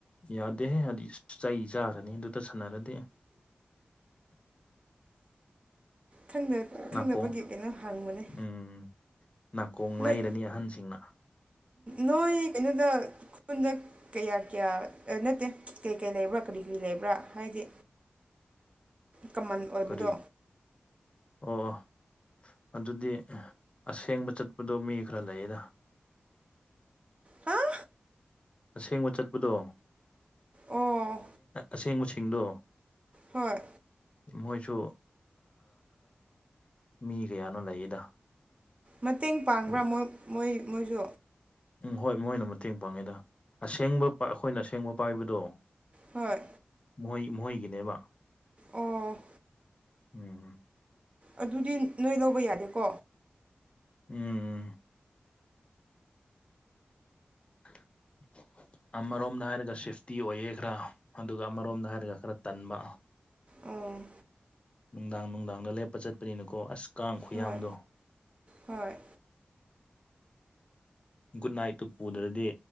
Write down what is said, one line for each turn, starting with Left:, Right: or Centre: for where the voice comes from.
Left: ꯌꯥꯗꯦꯍꯦ ꯍꯥꯏꯗꯤ ꯆꯩ ꯆꯥꯔꯅꯤ ꯑꯗꯨꯇ ꯁꯥꯟꯅꯔꯗꯤ
Right: ꯈꯪꯗ ꯈꯪꯗꯕꯒꯤ
Left: ꯅꯥꯀꯣꯡ
Right: ꯀꯩꯅꯣ ꯍꯪꯕꯅꯦ
Left: ꯎꯝ ꯅꯥꯀꯣꯡ
Right: ꯅꯣꯏ
Left: ꯂꯩꯔꯅꯤ ꯑꯍꯟꯁꯤꯡꯅ
Right: ꯅꯣꯏ ꯀꯩꯅꯣꯗ ꯈꯨꯜꯗ ꯀꯌꯥ ꯀꯌꯥ ꯅꯠꯇꯦ ꯀꯩꯀꯩ ꯂꯩꯕ꯭ꯔꯥ ꯀꯔꯤ ꯀꯔꯤ ꯂꯩꯕ꯭ꯔꯥ ꯍꯥꯏꯗꯤ
Left: <inaudible>
Right: ꯀꯃꯟ ꯑꯣꯏꯕꯗꯣ
Left: ꯀꯔꯤ ꯑꯣ ꯑꯣ ꯑꯗꯨꯗꯤ ꯑꯁꯦꯡꯕ ꯆꯠꯄꯗꯣ ꯃꯤ ꯈꯔ ꯂꯩꯌꯦꯗ
Right: ꯍꯥ
Left: ꯑꯁꯦꯡꯕ ꯆꯠꯄꯗꯣ
Right: ꯑꯣ
Left: ꯑꯁꯦꯡꯕꯁꯤꯡꯗꯣ
Right: ꯍꯣꯏ
Left: ꯃꯣꯏꯁꯨ ꯃꯤ ꯀꯌꯥꯅꯣ ꯂꯩꯌꯦꯗ
Right: ꯃꯇꯦꯡ ꯄꯥꯡꯕ꯭ꯔꯥ
Left: ꯑꯗꯨ
Right: ꯃꯣꯏ ꯃꯣꯏ ꯃꯣꯏꯁꯨ
Left: ꯎꯝ ꯍꯣꯏ ꯃꯣꯏꯅ ꯃꯇꯦꯡ ꯄꯥꯡꯉꯦꯗ ꯑꯁꯦꯡꯕ ꯑꯩꯈꯣꯏꯅ ꯑꯁꯦꯡꯕ ꯄꯥꯏꯕꯗꯣ
Right: ꯍꯣꯏ
Left: ꯃꯣꯏ ꯃꯣꯏꯒꯤꯅꯦꯕ
Right: ꯑꯣ
Left: ꯎꯝ
Right: ꯑꯗꯨꯗꯤ ꯅꯣꯏ ꯂꯧꯕ ꯌꯥꯗꯦꯀꯣ
Left: ꯎꯝ <unintelligible> ꯑꯃꯔꯣꯝꯗ ꯍꯥꯏꯔꯒ ꯁꯦꯐꯇꯤ ꯑꯣꯏꯌꯦ ꯈꯔ ꯑꯗꯨꯒ ꯑꯃꯔꯣꯝꯗ ꯍꯥꯏꯔꯒ ꯈꯔ ꯇꯟꯕ
Right: ꯑꯣ
Left: ꯅꯨꯡꯗꯥꯡ ꯅꯨꯡꯗꯥꯡꯗ ꯂꯦꯞꯄ ꯆꯠꯄꯅꯤꯅꯀꯣ ꯑꯁ ꯀꯥꯡ ꯈꯨꯌꯥꯝꯗꯣ
Right: ꯍꯣꯏ ꯍꯣꯏ
Left: ꯒꯨꯗ ꯅꯥꯏꯠꯇꯨ ꯄꯨꯗ꯭ꯔꯗꯤ